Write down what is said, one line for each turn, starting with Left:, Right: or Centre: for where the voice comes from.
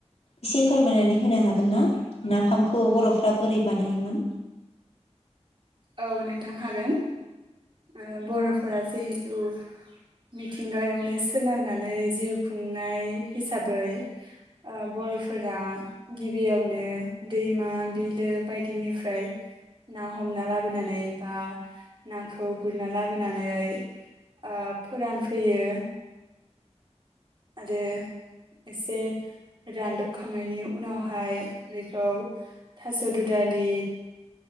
Left: एसे फोरमायनानै होनो हागोन ना नाफामखौ बर'फ्रा बोरै बानायोमोन?
Right: औ नोंथां हागोन ओ बर'फोरा जिहेथु मिथिंगायावनो सोनारनानै जिउ खुंनाय हिसाबै ओ बर'फोरा गिबियावनो दैमा बिलो बायदिनिफ्राय ना हमना लाब बोनानै बा नाखौ गुरना लाबोनानै ओ फोरानफैयो। आरो एसे रानदबखांनायनि उनावहाय बेखौ थास' दुदालि